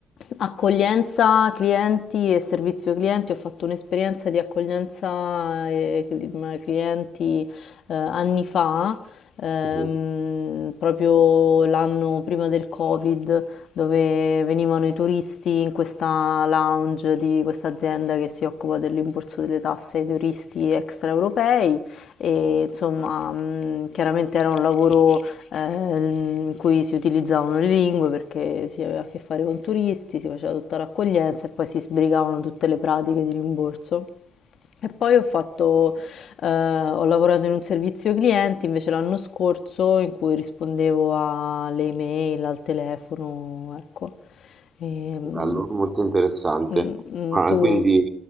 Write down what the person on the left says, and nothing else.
accoglienza clienti e servizio clienti, ho fatto un'esperienza di accoglienza eh, cli- clienti eh, anni fa, ehm,
proprio l'anno prima del Covid, dove venivano i turisti in questa lounge di questa azienda che si occupa del rimborso delle tasse ai turisti extraeuropei e insomma, mm, chiaramente era un lavoro ehm, in cui si utilizzavano le lingue perché si aveva a che fare con turisti, si faceva tutta l'accoglienza e poi si sbrigavano tutte le pratiche di rimborso. E poi ho fatto, eh, ho lavorato in un servizio clienti invece l'anno scorso in cui rispondevo alle email, al telefono, ecco. Ehm,
mm, mm,
tu...